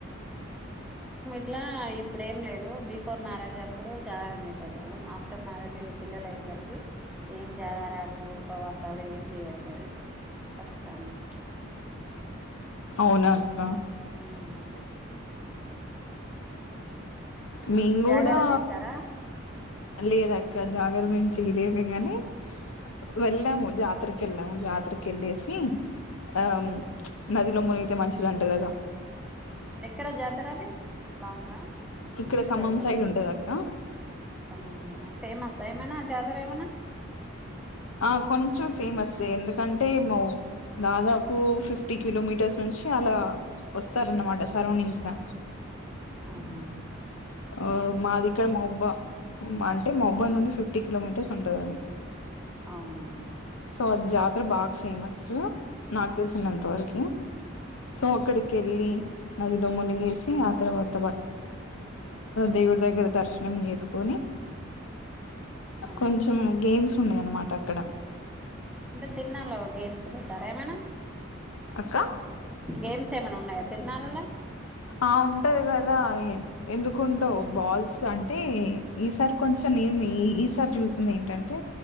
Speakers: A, in the centre; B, on the left.
A: ట్లా ఇప్పుడు ఏం లేదు బిఫోర్ మ్యారేజ్ అప్పుడు జాగ రం చేసేటోలం ఆఫ్టర్ మారేజ్ పిల్లలాయ్ స్ సరికి ఏం జాగారాలు ఉపవాసాలు ఏమి చేయట్లేదు ఇప్పుడు ప్రస్తుతానికి
B: అవునా అక్క
A: మౌందా
B: మెం గుడా
A: జాగారం చేస్తారా
B: లేదక్క జాగరాం చేయలేదు. గాని వెళ్ళాము. జాతరకి వెళ్ళాము జాతరకి వెళ్ళేసి ఆ నదిలో మునీగితే మంచిది అంట గాదా
A: ఎక్కడ జాతర అది లాంగా
B: ఇక్కడ
A: మీకు
B: ఖమ్మం
A: దగ్గరలో
B: సైడ్ ఉంటది అక్క
A: కమ్ముందన ఫేమస్ ఏమైన జతర ఏమన్న
B: ఆ కొంచెం ఫేమస్ ఎందుకంటే దాదాపు ఫిఫ్టీ కిలోమీటర్స్ నుంచి అలా వస్తారన్నమాట సరౌండింగ్స్లా
A: అవునా
B: ఆ
A: ఏం
B: మాది ఇక్కడ మహబూబా అంటే మహబూబాబాద్ నుండి ఫిఫ్టీ కిలోమీటర్స్ ఉంటది అది.
A: అవునా
B: సో ఆ జాతర బాగా ఫేమసు నాకు తెలిసినంత వరకు సో అక్కడికి ఏళ్ళి నదిలో మునిగేసి ఆ తర్వాత దేవుడి దగ్గర దర్శనం చేసుకొని
A: అవునా
B: కొంచెం గేమ్స్ ఉన్నాయి అన్నమాట అక్కడ
A: ఇంకా తిరుణాలలో గేమ్స్ పెట్టరా ఏమాన్న
B: అక్కా
A: గేమ్స్ ఏమైన ఉన్నాయా తిరునాలల్ల
B: ఆ ఉంటది కదా ఎందుకుండవ్ బాల్స్ అంటే ఈసారి కొంచెం నేను ఈ సారి జూసింది. ఏంటంటే